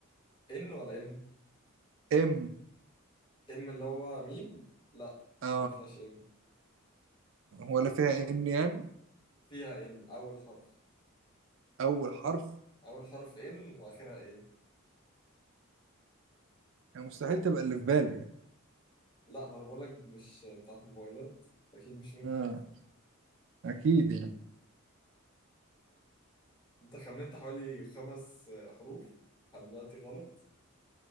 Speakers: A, on the left; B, on the right.
A: ان ولا ام
B: ام
A: ام اللي هو ميم لا
B: اه
A: ما فيهاش ام
B: ولا فيها ان يعني
A: فيها ان اول حرف
B: اول حرف
A: اول حرف ان واخرها ايه
B: يعني مستحيل تبقى اللي في بالي يعني
A: لا ما انا بقول لك مش بتاعت موبايلات اكيد مش نوكيا
B: اه اكيد يعني
A: انت خمنت حوالي خمس آه، حروف لحد دلوقتي غلط